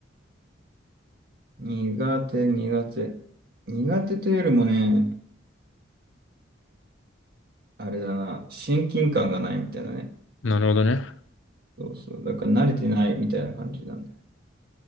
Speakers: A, on the right (about 50°); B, on the left (about 80°).
A: 苦手、苦手。苦手というよりもね、あれだな。親近感がないみたいなね。
B: なるほどね。
A: そうそう。だから慣れてないみたいな感じなんだよね。